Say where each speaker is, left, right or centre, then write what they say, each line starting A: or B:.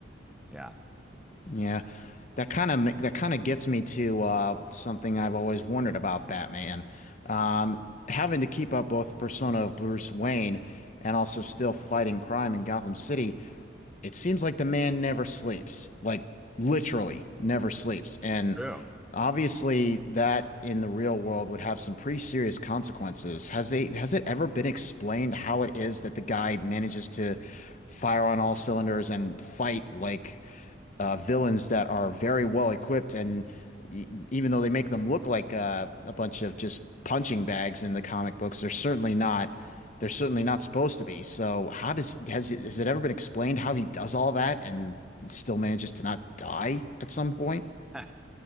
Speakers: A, in the centre; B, on the left.
A: yeah,
B: yeah, that kind of that kind of gets me to uh, something I've always wondered about Batman, um, having to keep up both the persona of Bruce Wayne and also still fighting crime in Gotham City. it seems like the man never sleeps, like literally never sleeps. And
A: true.
B: obviously that in the real world would have some pretty serious consequences. Has they has it ever been explained how it is that the guy manages to fire on all cylinders and fight like uh, villains that are very well equipped, and y- even though they make them look like uh, a bunch of just punching bags in the comic books, they're certainly not. They're certainly not supposed to be. So, how does has it- has it ever been explained how he does all that and still manages to not die at some point?
A: <laughs>